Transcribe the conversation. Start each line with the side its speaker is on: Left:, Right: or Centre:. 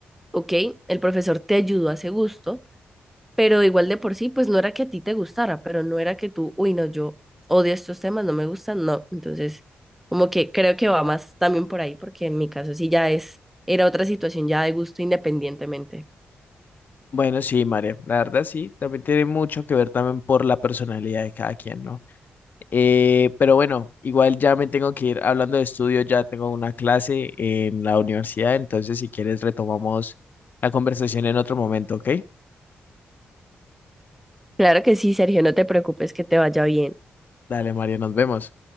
Centre: ok, el profesor te ayudó a ese gusto pero igual de por sí, pues no era que a ti te gustara, pero no era que tú, uy, no, yo odio estos temas, no me gustan, no. Entonces, como que creo que va más también por ahí, porque en mi caso sí ya es, era otra situación ya de gusto independientemente.
Left: Bueno, sí, María, la verdad sí, también tiene mucho que ver también por la personalidad de cada quien, ¿no? Eh, pero bueno, igual ya me tengo que ir hablando de estudio, ya tengo una clase en la universidad, entonces si quieres retomamos la conversación en otro momento, ¿ok?
Centre: Claro que sí, Sergio, no te preocupes que te vaya bien.
Left: Dale, María, nos vemos.